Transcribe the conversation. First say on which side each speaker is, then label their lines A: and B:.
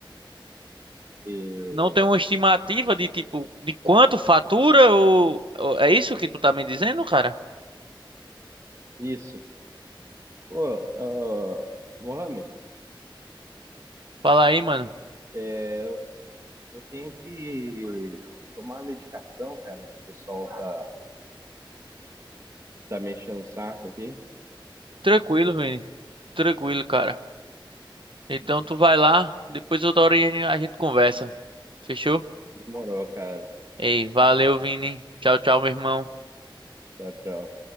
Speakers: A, on the right; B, on the right.
A: E-
B: Não tem uma estimativa de, tipo, de quanto fatura ou, ou- É isso que tu tá me dizendo, cara?
A: isso. Pô, ah, Mohamed,
B: Fala aí, mano.
A: é, eu tenho que tomar a medicação, cara. O pessoal tá, tá me enchendo o saco aqui.
B: Tranquilo, Vini. Tranquilo, cara. Então tu vai lá, depois outra hora a gente a gente conversa. Fechou?
A: Demorou, cara.
B: Ei, valeu, Vini. Tchau, tchau, meu irmão.
A: Tchau, tchau.